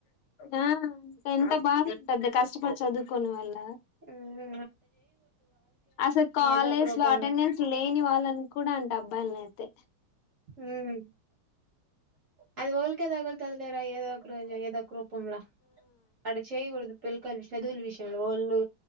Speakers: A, on the left; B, on the right.
A: ఆ ఎంత బాదుంటది కష్టపడి చదువుకోని వాళ్ళు
B: ఉమ్
A: అసలు కాలేజ్
B: ఏదో ఒక రూపంలో.
A: లో అటెండెన్స్ లేని వాళ్ళని కూడా అంటం. అబ్బాల్ని అయితే
B: ఉమ్ అది ఓల్కె తగులుతాది ఏదో రోజు ఏదో ఒక రూపంలా అలా చేయ్యకూడదు పిల్లకల్ చదువుల విషయంలో వాళ్ళు